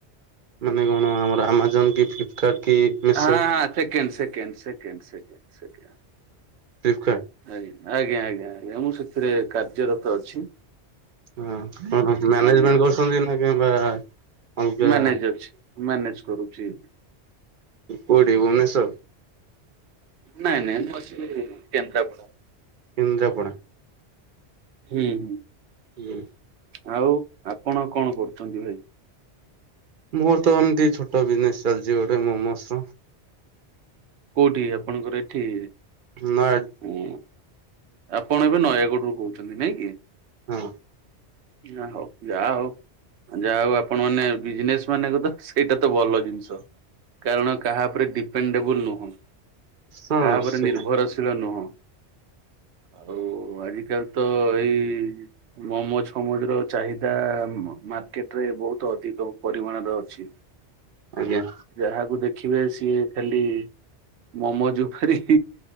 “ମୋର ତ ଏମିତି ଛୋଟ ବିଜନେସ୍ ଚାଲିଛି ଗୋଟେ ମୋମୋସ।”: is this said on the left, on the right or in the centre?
Right